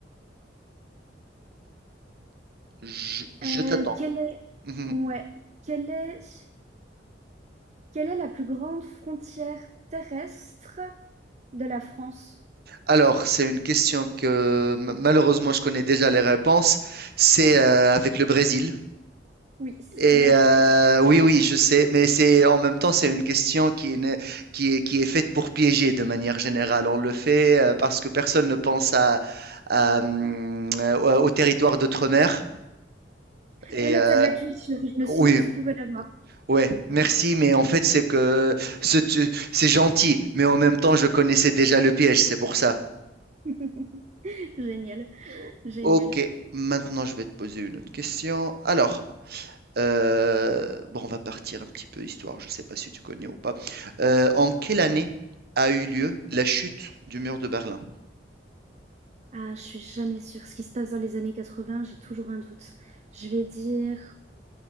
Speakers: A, on the right; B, on the right.
A: je, je
B: euh,
A: t'attends.
B: quelle est,
A: Mhm.
B: ouais, quelle est, quelle est la plus grande frontière terrestre de la France?
A: Alors, c'est une question que ma- malheureusement je connais déjà les réponses. C'est euh, avec le Brésil.
B: Oui,
A: Et
B: bien
A: euh,
B: joué.
A: oui, oui, je sais, mais c'est en même temps c'est une question qui est, né- qui est qui est faite pour piéger de manière générale. On le fait euh, parce que personne ne pense à, à, hum, euh, au au territoire d'outre-mer. Et
B: Ouais, mais
A: euh,
B: t'as de la culture. Je me
A: oui,
B: suis dit que tu pouvais l'avoir.
A: Ouais, merci, mais en fait, c'est que ce tu- c'est gentil, mais en même temps, je connaissais déjà le piège, c'est pour ça.
B: <laughs> Génial,
A: Euh,
B: génial.
A: Ok, maintenant, je vais te poser une autre question. Alors, euh, bon, on va partir un petit peu histoire, je ne sais pas si tu connais ou pas. Euh, en quelle année a eu lieu la chute du mur de Berlin?
B: Ah, je suis jamais sûre. Ce qui se passe dans les années 80, j'ai toujours un doute. Je vais dire